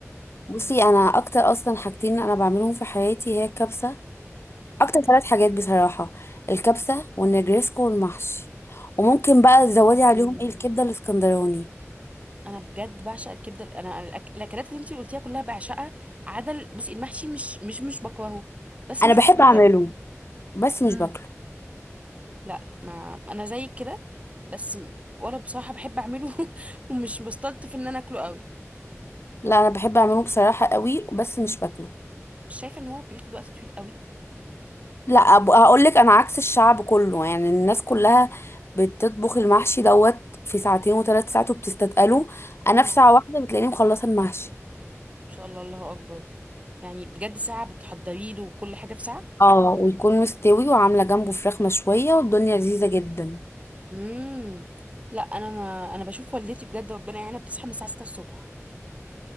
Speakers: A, on the left; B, on the right.
A: بصي انا اكتر اصلا حاجتين انا بعملهم في حياتي هي الكبسه اكتر ثلاث حاجات بصراحه الكبسه والنجريسكو والمحشي وممكن بقى تزودي عليهم
B: امم
A: ايه الكبده الاسكندراني
B: انا بجد بعشق الكبده انا أنا الأك- الاكلات اللي انتي قلتيها كلها بعشقها عدل بصي المحشي مش مش مش بكرهه بس
A: انا
B: مش
A: بحب
B: بفضله
A: اعمله بس مش
B: امم
A: باكله
B: لا ما انا زي كده بس م- ولا بصراحه بحب اعمله <laughs> ومش بستلطف ان انا اكله قوي
A: لا انا بحب اعمله بصراحه قوي بس مش باكله
B: مش شايفه ان هو بياخد وقت طويل قوي
A: لا هقول لك انا عكس الشعب كله يعني الناس كلها بتطبخ المحشي دوت في ساعتين وثلاث ساعات وبتستتقله انا
B: مم.
A: في
B: ان
A: ساعه واحده بتلاقيني مخلصه المحشي
B: شاء الله الله اكبر يعني بجد ساعه بتحضري له وكل حاجه في ساعه
A: اه ويكون مستوي وعامله جنبه فراخ مشويه والدنيا لذيذه جدا
B: امم لا انا ما انا بشوف والدتي بجد ربنا يعينها بتصحى من الساعه 6 الصبح